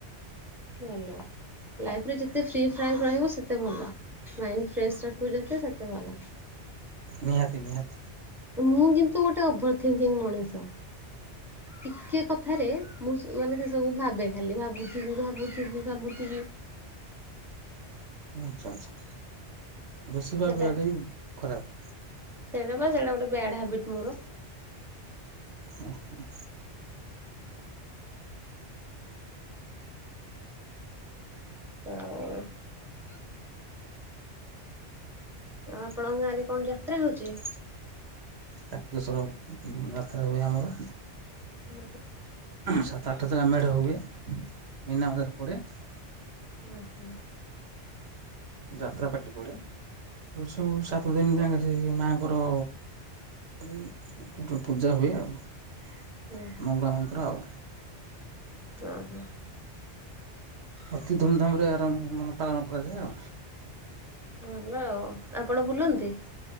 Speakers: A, in the centre; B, on the right (about 65°).
A: ଭଲ ଲାଇଫରେ ଯେତେ ଫ୍ରି ଫ୍ରାଙ୍କ ରହିବ ସେତେ ଭଲ ମାଇଣ୍ଡ ଫ୍ରେସ୍ ରଖିବ ଯଦି କେତେ ସତେ ଭଲ।
B: ନିହାତି ନିହାତି
A: ମୁଁ କିନ୍ତୁ ଗୋଟେ ଓଭର ଥିଙ୍କିଙ୍ଗ ମଣିଷ। ଟିକେ କଥାରେ ମୁଁ ସେ ମାନେ ସେସବୁ ଭାବେ ଖାଲି ଭାବୁଥିବି ଭାବୁଥିବି ଭାବୁଥିବି।
B: ଆଚ୍ଛା ଆଚ୍ଛା ବେଶି
A: ସେଟା
B: ଭାବିଟା ବି ଖରାପ।
A: ସେଇଟା ବା ସେଇଟା ଗୋଟେ ବ୍ୟାଡ୍ ହାବିଟ୍ ମୋର।
B: ହୁଁ ହୁଁ।
A: ଆଉ। ଆଉ ଆପଣଙ୍କ ଗାଁରେ କଣ ଯାତ୍ରା ହେଉଛି?
B: କାର୍ତ୍ତୀକଶ୍ୱର ଯାତ୍ରା ହୁଏ ଆମର।
A: <inaudible>
B: ସାତ ଆଠ ଥଳ ମେଢ ହୁଏ, ମିନାବଜାର ପଡ଼େ।
A: ଉହୁଁ।
B: ଯାତ୍ରା ପାର୍ଟି ପଡେ ସବୁ ସାତ ଦିନ ଯାକେ ସେ ମାଆଙ୍କର ଗୋଟେ ପୂଜା ହୁଏ ଆଉ ମଙ୍ଗଳା
A: ହଁ
B: ମାଙ୍କର ଆଉ
A: ଓ ହୋ।
B: ଅତି ଧୁମଧାମରେ ଆର ମାନେ ପାଳନ କରାଯାଏ ଆଉ।
A: ଭଲ ଆଉ ଆପଣ ବୁଲନ୍ତି?